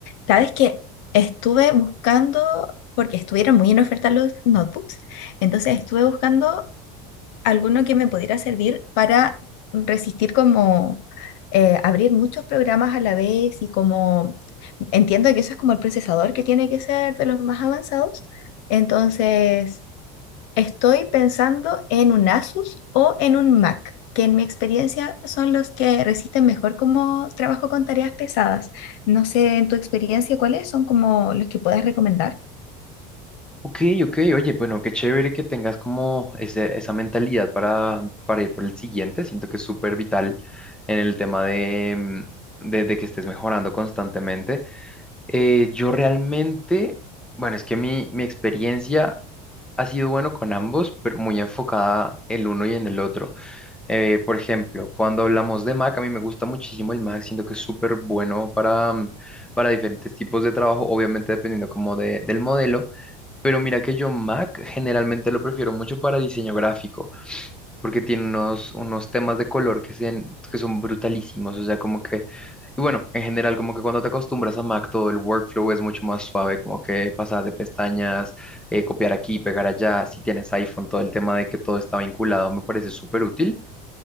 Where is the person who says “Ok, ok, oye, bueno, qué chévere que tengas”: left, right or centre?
Centre